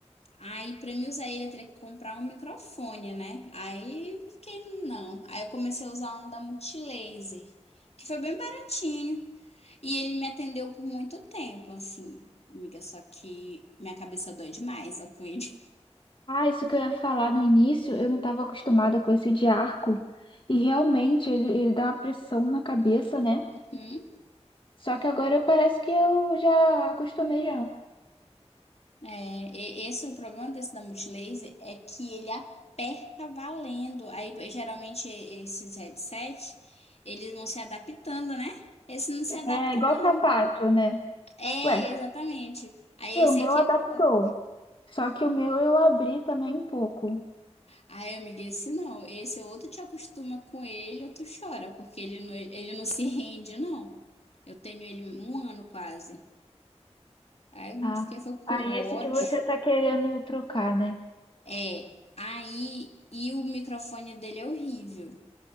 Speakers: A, on the left; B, on the left.
A: Aí, pra mim usar ele, eu teria que comprar um microfone, né? Aí, fiquei, não. Aí eu comecei a usar um da Multilaser, que foi bem baratinho. E ele me atendeu por muito tempo, assim, amiga, só que minha cabeça dói demais, ó, com ele. <laughs>
B: Ah, isso que eu ia falar no início, eu não estava acostumada com esse de arco. E realmente ele, ele dá uma pressão na cabeça, né?
A: Uhum.
B: Só que agora parece que eu já acostumei já.
A: É, e- esse é o problema desse da Multilaser, é que ele aperta valendo. Aí, geralmente, esses headset, eles vão se adaptando, né? Esse não se adapta,
B: É igual
A: não.
B: sapato, né?
A: É,
B: Ué,
A: exatamente. Aí,
B: e
A: esse
B: o meu
A: aqui,
B: adaptou.
A: não.
B: Só que o meu eu abri também um pouco.
A: Aí, amiga, esse não. Esse ou tu te acostuma com ele ou tu chora, porque ele não, ele não se rende, não. Eu tenho ele um ano quase. Aí
B: Ah,
A: esqueceu com
B: aí esse
A: ódio.
B: que você tá querendo trocar, né?
A: É. Aí, e o microfone dele é horrível.